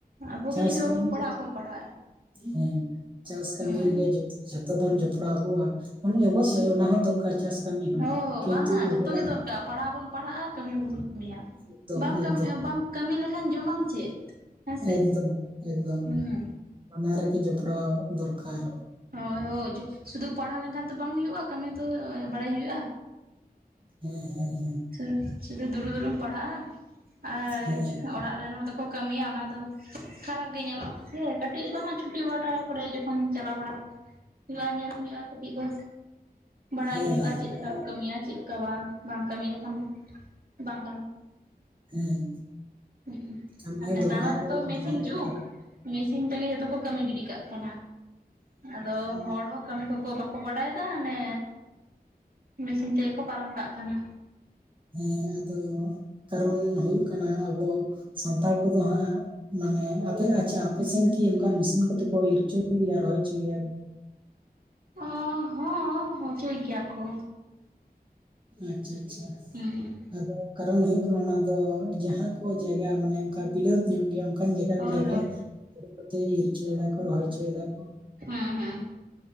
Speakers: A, on the right (about 65°); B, on the right (about 30°).
A: ᱟᱵᱚᱜᱮ
B: ᱪᱟᱥ
A: ᱡᱩᱫᱤ ᱵᱟᱵᱚᱱ
B: ᱠᱟᱹᱢᱤ
A: ᱯᱟᱲᱦᱟᱜᱼᱟ ᱚᱠᱚᱭ ᱯᱟᱲᱦᱟᱜᱼᱟᱭ
B: ᱦᱮᱸ ᱪᱟᱥ ᱠᱟᱹᱢᱤ
A: ᱦᱩᱸ
B: ᱨᱮᱜᱮ ᱡᱚᱛ ᱛᱚᱵᱚᱱ ᱡᱚᱯᱲᱟᱣ ᱠᱚᱜ-ᱟ ᱚᱵᱚᱥᱥᱳᱭ ᱚᱱᱟ ᱦᱚᱸ ᱫᱚᱨᱠᱟᱨ ᱪᱟᱥ ᱠᱟᱹᱢᱤ ᱦᱚᱸ
A: ᱦᱳ
B: ᱠᱤᱱᱛᱩ
A: ᱵᱟᱝᱟ
B: ᱟᱵᱚᱱᱟᱜ
A: ᱡᱚᱛᱚ ᱜᱮ ᱫᱚᱨᱠᱟᱨ ᱯᱟᱲᱦᱟᱣ ᱦᱚᱵᱚᱱ ᱯᱟᱲᱦᱟᱜ-ᱟ ᱠᱟᱹᱢᱤ ᱦᱚᱵᱚᱱ ᱠᱟᱹᱢᱤᱭᱟ,
B: ᱮᱠᱫᱚᱢ
A: ᱵᱟᱢ
B: ᱮᱠᱫᱚᱢ
A: ᱵᱟᱢ ᱠᱟᱹᱢᱤ ᱞᱮᱠᱷᱟᱱ ᱡᱚᱢᱟᱢ ᱪᱮᱫ? ᱦᱮᱸᱥᱮ
B: ᱮᱠᱫᱚᱢ ᱮᱠᱫᱚᱢ
A: ᱦᱩᱸ᱾
B: ᱵᱟᱱᱟ ᱨᱮᱜᱮ ᱡᱚᱯᱲᱟᱣ ᱫᱚᱨᱠᱟᱨ᱾
A: ᱦᱳᱭ ᱦᱳᱭ ᱪᱩ ᱥᱩᱫᱩ ᱯᱟᱲᱦᱟᱣ ᱞᱮᱱᱠᱷᱟᱱ ᱛᱚ ᱵᱟᱝ ᱦᱩᱭᱩᱜ-ᱟ ᱠᱟᱹᱢᱤ ᱛᱚ ᱵᱟᱲᱟᱭ ᱦᱩᱭᱩᱜ-ᱟ᱾
B: ᱦᱮᱸ ᱦᱮᱸ ᱦᱮᱸ
A: ᱥᱩ ᱥᱩᱫᱩ ᱫᱩᱲᱩᱵ ᱫᱩᱲᱩᱵᱢ ᱯᱟᱲᱦᱟᱜ-ᱟ ᱟᱨ
B: ᱦᱮᱸ
A: ᱚᱲᱟᱜ ᱨᱮᱱ ᱦᱚᱲ ᱫᱚᱠᱚ ᱠᱟᱹᱢᱤᱭᱟ ᱚᱱᱟ ᱫᱚ ᱠᱷᱟᱨᱟᱯ ᱜᱮ ᱧᱮᱞᱚᱜ-ᱟ ᱥᱮ ᱠᱟᱹᱴᱤᱡ ᱫᱮᱦᱚ ᱪᱷᱩᱴᱤ ᱵᱟᱴᱟ ᱠᱚᱨᱮ ᱠᱷᱱ ᱪᱟᱞᱟᱣ ᱵᱟᱲᱟ ᱦᱩᱭᱩᱜ-ᱟ ᱧᱮᱞ ᱦᱩᱭᱩᱜ-ᱟ ᱠᱟᱹᱴᱤᱡ ᱫᱚ ᱵᱟᱲᱟᱭ
B: ᱦᱮᱸ ᱦᱮᱸ
A: ᱦᱩᱭᱩᱜ-ᱟ ᱪᱮᱫ ᱞᱮᱠᱟ ᱠᱟᱹᱢᱤᱭᱟ ᱪᱮᱫ ᱞᱮᱠᱟ ᱵᱟᱝ ᱵᱟᱢ ᱠᱟᱹᱢᱤ ᱞᱮᱠᱷᱟᱱ ᱵᱟᱝ
B: ᱦᱮᱸ
A: ᱦᱩᱜ
B: ᱠᱟᱹᱢᱤ
A: ᱩ ᱟᱨ
B: ᱦᱚᱸ
A: ᱱᱮᱛᱟᱨ
B: ᱫᱚᱨᱠᱟᱨ
A: ᱢᱟ ᱡᱚᱛᱚ
B: ᱜᱮ ᱧᱮᱞ
A: ᱢᱮᱥᱤᱱ
B: ᱦᱚᱸ ᱫᱚᱨᱠᱟᱨ
A: ᱡᱩᱜᱽ
B: ᱜᱮ᱾
A: ᱢᱮᱥᱤᱱ ᱛᱮᱜᱮ ᱡᱚᱛᱚ ᱠᱚ ᱠᱟᱹᱢᱤ ᱜᱤᱰᱤ ᱠᱟᱜ ᱠᱟᱱᱟ ᱟᱫᱚ ᱦᱚᱲ ᱦᱚᱸ ᱠᱟᱹᱢᱤ ᱠᱚ ᱠᱚ ᱵᱟᱠᱚ ᱵᱟᱰᱟᱭᱮ ᱫᱟ ᱚᱱᱮ ᱢᱮᱥᱤᱱ ᱛᱮᱜᱮ ᱠᱚ ᱯᱟᱨᱚᱢ ᱠᱟᱜ ᱠᱟᱱᱟ᱾
B: ᱦᱮᱸ ᱦᱮᱸ ᱟᱫᱚ ᱠᱟᱨᱚᱱ ᱦᱩᱭᱩᱜ ᱠᱟᱱᱟ ᱟᱵᱚ ᱥᱟᱱᱛᱟᱲ ᱠᱚᱫᱚ ᱦᱟᱸᱜ ᱢᱟᱱᱮ ᱟᱯᱮ ᱟᱪᱪᱷᱟ ᱟᱯᱮᱥᱱ ᱠᱤ ᱚᱱᱠᱟ ᱢᱤᱥᱤᱱ ᱠᱚᱛᱮ ᱠᱚ ᱤᱨ ᱦᱚᱪᱚ ᱜᱮᱭᱟ ᱨᱚᱦᱚᱭ ᱪᱩᱭ ᱜᱮᱭᱟ ᱠᱚ
A: ᱚ ᱦᱚᱸ ᱢᱚᱪᱚᱭ ᱜᱮᱭᱟ ᱠᱚ᱾
B: ᱟᱪᱪᱷᱟ ᱟᱪᱪᱷᱟ
A: ᱦᱩᱸ
B: ᱟᱫᱚ ᱠᱟᱨᱚᱱ ᱦᱩᱭᱩᱜ ᱠᱟᱱᱟ ᱚᱱᱟ ᱫᱚ ᱡᱟᱦᱟᱸ ᱠᱚ ᱡᱟᱭᱜᱟ ᱢᱟᱱᱮ ᱚᱱᱠᱟ ᱵᱤᱞᱟᱹᱛ ᱧᱚᱜ ᱜᱮᱭᱟ ᱚᱱᱠᱟ ᱚᱱᱠᱟᱱ ᱡᱟᱭᱜᱟ
A: ᱦᱳᱭ
B: ᱠᱚᱨᱮ
A: ᱦᱳᱭ
B: ᱜᱮ ᱤᱨ ᱦᱚᱪᱚᱭ ᱫᱟ ᱠᱚ ᱨᱚᱦᱚᱭ ᱦᱚᱪᱚᱭᱮᱫᱟ ᱠᱚ ᱾
A: ᱦᱮᱸ ᱦᱮᱸ ᱾